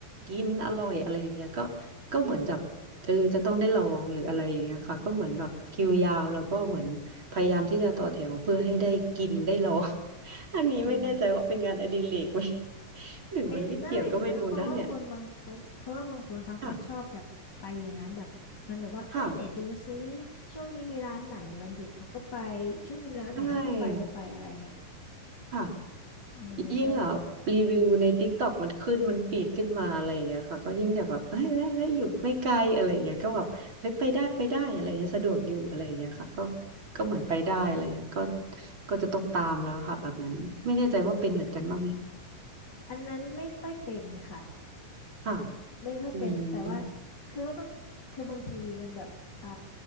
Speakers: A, on the right; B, on the left.
A: กินอร่อยอะไรอย่างเงี้ยก็ก็เหมือนจะเออจะต้องได้ลองหรืออะไรอย่างเงี้ยค่ะก็เหมือนแบบคิวยาวแล้วก็เหมือนพยายามที่จะต่อแถวเพื่อให้ได้กินได้ลอง <laughs> อันนี้ไม่แน่ใจว่าเป็นงานอดิเรกไหม
B: ใช่
A: <laughs> หรือมันไม่เกี่ยวก็ไม่รู้นะเนี่ย
B: เป็นได้นะเพราะว่าคนบางคนเพราะว่าบางคนเขาก็ชอบแบบไปอย่างนั้นแบบมันแบบว่าเอ้ยไหนดูซิ
A: ค่ะค่ะ
B: ช่วงนี้มีร้านไหนวันหยุดเขาก็ไปช่วงนี้มีร้านไหนเขาก็ไปไปไปอะไรเงี้ย
A: ใช่ค่ะ
B: อืมมันก็แบบ
A: ยิ่งอ่ะรีวิวใน TikTok มันขึ้นมันฟีดขึ้นมาอะไรอย่างเงี้ยค่ะก็ยิ่งแบบแบบเฮ้ยเฮ้ยเฮ้ยอยู่ไม่ไกลอะไรอย่างเงี้ยก็แบบเฮ้ยไปได้ไปได้อะไรเงี้ยสะดวกอยู่อะไรอย่างเงี้ยค่ะก็ก็เหมือนไปได้อะไรเงี้ยก็ก็จะต้องตามแล้วค่ะแบบนั้นไม่แน่ใจว่าเป็นเหมือนกันบ้างไหม
B: อืมอันนั้นไม่ค่อยเป็นค่ะ
A: ค่ะ
B: ไม่ค่อยเป็นแต่ว่า
A: อืม
B: คือก็ต้องคือบางทีมันแบบอ่า